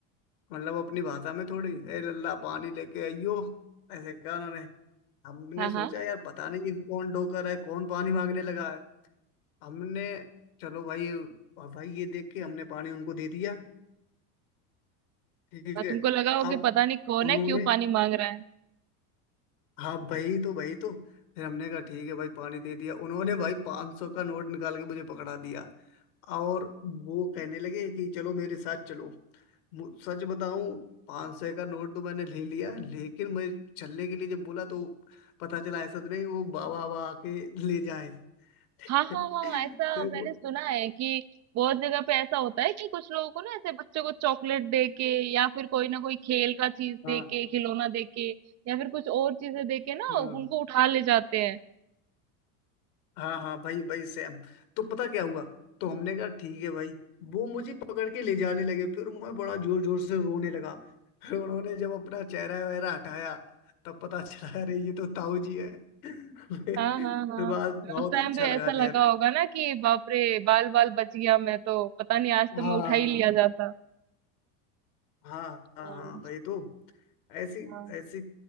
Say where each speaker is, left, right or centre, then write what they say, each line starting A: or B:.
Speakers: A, on the left; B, on the right.
A: मतलब अपनी भाषा में थोड़ी ए लल्ला पानी लेके आइयो ऐसे कहा उन्होंने हमने
B: हाँ
A: सोचा
B: हाँ
A: यार पता नहीं ये कौन डोकर है कौन पानी मांगने लगा है हमने चलो भाई ये और भाई ये देख के हमने पानी उनको दे दिया ठीक
B: हाँ
A: है
B: तुमको लगा हो
A: अब
B: कि पता नहीं कौन
A: उन्होंने
B: है क्यों पानी मांग रहा है
A: हाँ भाई तो भाई तो फिर हमने कहा ठीक है भाई पानी दे दिया उन्होंने भाई 500 सौ का नोट निकाल के मुझे पकड़ा दिया और वो कहने लगे कि चलो मेरे साथ चलो मु- सच बताऊं 500 सौ का नोट तो मैंने ले लिया लेकिन मैं चलने के लिए जब बोला तो पता चला ऐसा तो नहीं वो बाबा बाबा आके ले जाए <laughs>
B: हाँ हाँ
A: फिर
B: हाँ ऐसा मैंने
A: वो
B: सुना है कि बहुत जगह पे ऐसा होता है कि कुछ लोगों को ना ऐसे बच्चों को चॉकलेट दे के या फिर कोई ना कोई खेल का चीज
A: हाँ
B: दे के खिलौना दे के या फिर कुछ और चीजें दे के ना
A: हाँ
B: उनको उठा ले जाते हैं
A: हाँ हाँ भाई भाई सेम तो पता क्या हुआ तो हमने कहा ठीक है भाई वो मुझे पकड़ के ले जाने लगे फिर मैं बड़ा जोर जोर से रोने लगा फिर उन्होंने जब अपना चेहरा वगैरह हटाया तब पता चला अरे ये तो ताऊ जी है <laughs> फिर
B: हाँ हाँ हाँ
A: बाद बहुत
B: उस टाइम
A: अच्छा
B: पे
A: लगा
B: ऐसा
A: खैर
B: लगा होगा ना कि बाप रे बाल बाल बच गया मैं तो पता नहीं आज तो
A: हाँ
B: मैं उठा ही
A: हाँ
B: लिया जाता
A: हाँ हाँ
B: हाँ
A: हाँ भाई तो ऐसी
B: हाँ
A: ऐसी